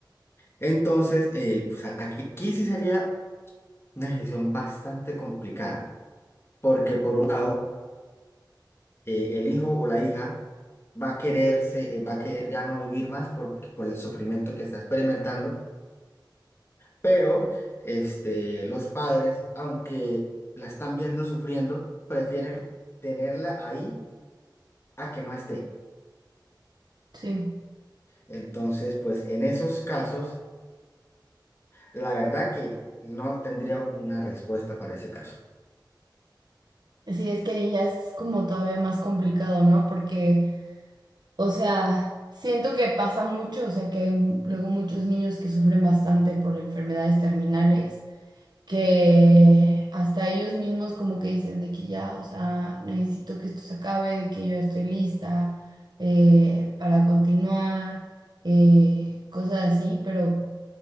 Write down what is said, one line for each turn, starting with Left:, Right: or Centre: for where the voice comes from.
Left: Entonces, eh, pues a- aquí, aquí sí sería una decisión bastante complicada, porque por un lado, eh, el hijo o la hija va a quererse, eh, va a querer ya no vivir más por, por el sufrimiento que está experimentando, pero este, los padres, aunque la están viendo sufriendo, prefieren tenerla ahí a que no esté.
Right: Sí.
Left: Entonces, pues en esos casos, la verdad que no tendría una respuesta para ese caso.
Right: Sí, es que ahí ya es como todavía más complicado, ¿no? Porque, o sea, siento que pasa mucho, o sea, que hay luego muchos niños que sufren bastante por enfermedades terminales que hasta ellos mismos como que dicen de que ya, o sea, necesito que esto se acabe, de que yo ya estoy lista eh, para continuar, eh, cosas así, pero,